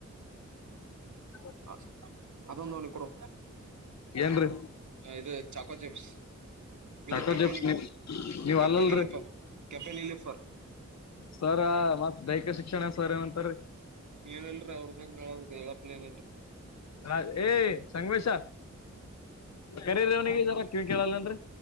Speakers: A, on the left; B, on the right.
A: ಹ
B: ಹ ಅದೊಂದು ಅವನ ಕೊಡು
A: ಏನ್ರರಿ
B: ಇದು ಚಾಕೋ ಚಿಪ್ಸ್
A: ಚಾಕೋ
B: ಇದು ಕೆಪೆನಿ
A: ಜೆಪ್ಸ್ ನೀವು ನೀವ್
B: ಕೆಪೆನಿಲಿಪ
A: ಅಲ್ಲಲ್ರಿ
B: ಕೆಪೆನಿಲಿಫರ್
A: ಸರ್ ಮತ್ ದೈಹಿಕ ಶಿಕ್ಷಣ ಸರ್ ಏನಂತಾರೆ
B: ಏನಲ್ರರಿ ಅವ್ರದೇನ್ ಹೇಳೋದ ಹೇಳಪ್ಲ ಏನಲ್ರರಿ
A: ಹ ಏ ಸಂಗಮೇಶ ಕರರ ಅವನಿಗೆ ಜರ ಕವ್ ಕೇಳಲ್ಲ ಅಂದ್ರೆ